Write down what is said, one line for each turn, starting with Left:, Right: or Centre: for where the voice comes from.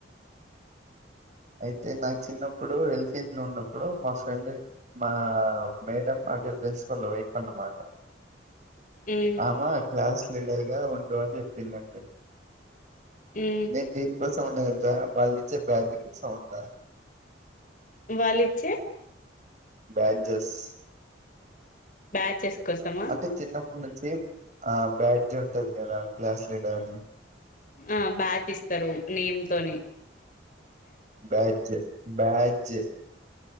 Right: అయితే నాకు చిన్నప్పుడు ఎల్కే లో ఉన్నప్పుడు మా ఫ్రెండ్ మా మేడం అదే ప్రిన్సిపల్ వైఫ్ అన్నమాట
Left: ఉమ్
Right: ఆమ క్లాస్ లీడర్గా ఉండు అని చెప్పిందండి
Left: ఉమ్
Right: నేన్ దేని సౌండ్ తెల్సా వాళ్ళిచ్చే బ్యాజ్ కి సౌండా
Left: వాళ్ళిచ్చే
Right: బ్యాడ్జెస్
Left: బ్యాచెస్ కోసమా
Right: అంటే చిన్నప్పటి నుంచి ఆ బ్యాడ్జ్ ఉంటది కదా క్లాస్ లీడర్ అని
Left: ఆ బ్యాచ్ ఇస్తరు నేమ్ తొని
Right: బ్యాడ్జ్ బ్యాడ్జ్